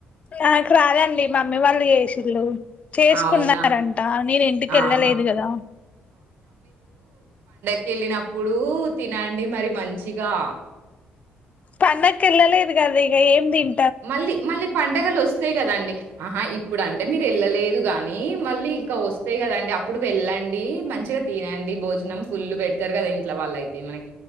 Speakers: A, on the left; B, on the right.
A: నాకు రాదండి మమ్మీ వాళ్ళు చేసిళ్ళు చేసుకున్నారంట
B: అవునా?
A: నేను ఇంటికి
B: ఆహా!
A: ఎళ్ళలేదు కదా
B: కేళ్ళినప్పుడు తినండి మరి మంచిగా
A: పండక్కి వెళ్ళలేదు కదా ఇంకా ఏం తిం
B: మళ్ళీ మళ్ళీ పండగలు వస్తాయి కదండి ఆహా ఇప్పుడు అం అంటే మీరు వెళ్ళలేదు గానీ మళ్ళీ ఇంకా వస్తాయి కదండి అప్పుడు వెళ్ళండి మంచిగా తినండి భోజనం ఫుల్ పెడతారు కదా ఇంట్లో వాళ్ళ అయితే మనకి